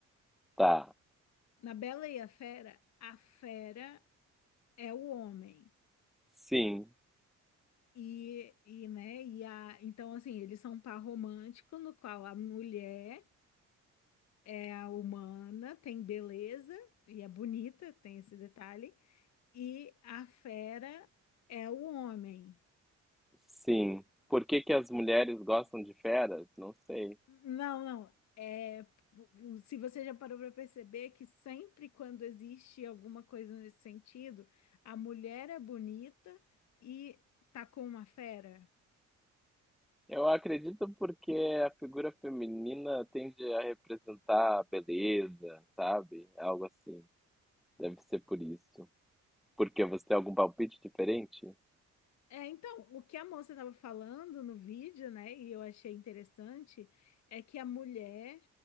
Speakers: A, in the centre; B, on the left.
A: Tá.
B: Na Bela e a Fera, a fera é o homem.
A: Sim,
B: E, e, né, e a, então, assim, eles são um par romântico no qual a mulher é a humana, tem beleza e é bonita, tem esse detalhe, e a fera é o homem.
A: sim. Por que que as mulheres gostam de feras? Não sei.
B: Não, não, é, se você já parou para perceber que sempre quando existe alguma coisa nesse sentido, a mulher é bonita e tá com uma fera.
A: Eu acredito porque a figura feminina tende a representar a beleza, sabe? Algo assim. Deve ser por isso. Porque você tem algum palpite diferente?
B: É, então, o que a moça estava falando no vídeo, né, e eu achei interessante, é que a mulher,